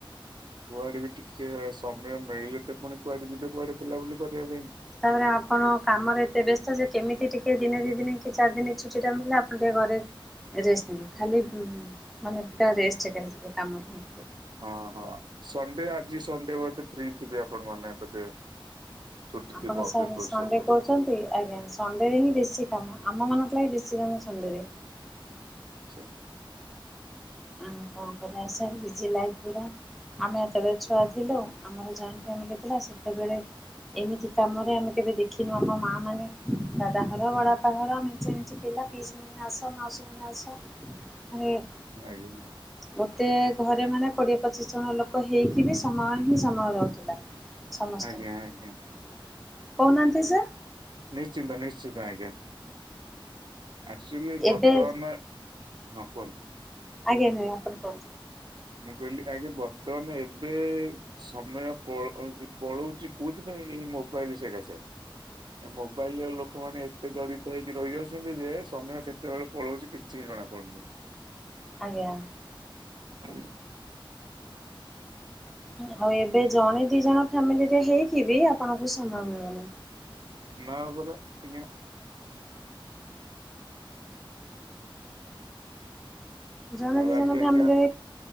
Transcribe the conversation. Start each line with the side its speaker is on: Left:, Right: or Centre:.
Right: କୁଆଡେ ବି ଟିକେ ସମୟ ପାଇଲେ ତ ପୁଣି କୁଆଡେ ଯିବେ କୁଆଡେ ବୁଲାବୁଲି କରିବା ପାଇଁ।
Centre: ତାପରେ ଆପଣ କାମରେ ଏତେ ବ୍ୟସ୍ତ ଯେ କେମିତି ଟିକେ ଦିନେ ଦି ଦିନ କି ଚାରି ଦିନ ଛୁଟି ଟା ମିିଲେ ଆପଣ ଟିକେ ଘରେ ଟେଷ୍ଟ
Right: ପାଇଁ।
Centre: ଖାଲି ମାନେ ପୁରା ରେଷ୍ଟ <unintelligible>
Right: ହଁ ହଁ ସଣ୍ଡେ ଆଜି ସଣ୍ଡେ ବୋଧେ ଫ୍ରି ଥିବେ ଆପଣ ମାନେ ବୋଧେ। ଛୁଟି
Centre: ଆପଣ
Right: ଥିବ <unintelligible>
Centre: ସାର୍ ସଣ୍ଡେ
Right: ସବୁ।
Centre: ଆଜ୍ଞା ସଣ୍ଡେ ରେ ହିଁ ବେଶୀ କାମ, ଆମ ମାନଙ୍କ ଲାଗି ବେଶୀ କାମ ସଣ୍ଡେ ରେ।
Right: ଆଚ୍ଛା।
Centre: ଆମ କଣ କରିବା ସାର୍ ବିଜି ଲାଇଫ ପୁରା। ଆମେ ଯେତେବେଳେ ଛୁଆ ଥିଲୁ ଆମର ଯଏଣ୍ଟ ଫ୍ୟାମିଲ ଥିଲୁ ସେତେବେଳେ ଏମିତି କାମରେ ଆମେ କେବେ ଦେଖିନୁ ଆମ ମାଆ ମାନେ ଦାଦା ଘର ବଡ ବାପା ଘର <unintelligible> ପିଲା ପିଶି ମାନେ ଆସ ମାଉସି <unintelligible>
Right: <unintelligible>
Centre: ଗୋଟେ ଘରେ ମାନେ କୋଡ଼ିଏ ପଚିଶ ଜଣ ଲୋକ ହେଇକି ବି ସମୟ ହିଁ ସମୟ ରହୁଥିଲା ସମସ୍ତଙ୍କୁ।
Right: ଆଜ୍ଞା ଆଜ୍ଞା
Centre: କହୁନାହାନ୍ତି ସାର୍?
Right: ନିଶ୍ଚିନ୍ତ ନିଶ୍ଚିନ୍ତ ଆଜ୍ଞା। ଆକ୍ଚୁଆଲି ବର୍ତ୍ତମାନର
Centre: ଏବେ
Right: ହଁ କୁହନ୍ତୁ।
Centre: ଆଜ୍ଞା ନାଇଁ ଆପଣ କୁହନ୍ତୁ।
Right: ମୁଁ କହିଲି ଆଜ୍ଞ ବର୍ତ୍ତମାନ ଏବେ ସମୟ ପ ପଳଉଛି କୋଉଥିପାଇଁ ଏଇ ମୋବାଇଲ ସେକାସେ। ଏ ମୋବାଇଲରେ ଲୋକମାନେ ଏତେ ଜଡିତ ହେଇକି ରହିଯାଉଛନ୍ତି ଯେ ସମୟ କେତେବେଳେ ପଳଉଛି କି ଛି କଣା ପଡୁନୀ।
Centre: ଆଜ୍ଞା।
Right: <unintelligible>
Centre: ଆଉ ଏବେ ଜଣେ ଦି ଜଣ ଫ୍ୟାମିଲିରେ ହେଇକି ବି ଆପଣଙ୍କୁ ସମୟ ମିଳୁନି।
Right: ନା ପରା ଆଜ୍ଞା।
Centre: ଜଣେ
Right: ଆଉ
Centre: ଦି
Right: ଆଜି
Centre: ଜଣ ଫାମିଲି
Right: ଆଜ୍ଞା